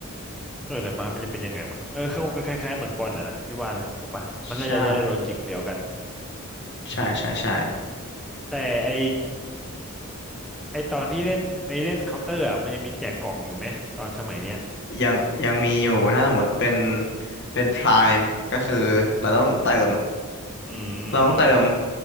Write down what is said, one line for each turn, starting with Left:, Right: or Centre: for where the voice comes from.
Centre: เออแต่บาสมันจะเป็นยังไงวะเออเขาก็คล้ายๆเหมือนบอลน่ะแหละพี่ว่านะถูกปะมันน่าจะได้โลจิกเดียวกัน
Left: ใช่ใช่ใช่ใช่
Centre: แต่ไอ ไอตอนที่เล่นไอเล่นเคาน์เตอร์อ่ะมันยังมีแจกกล่องอยู่ไหมตอนสมัยเนี้ย
Left: ยังยังมีอยู่ถ้าสมมติเป็นเป็นพรามก็คือเราต้องเติม
Centre: อื
Left: เราต้องเติม
Centre: ม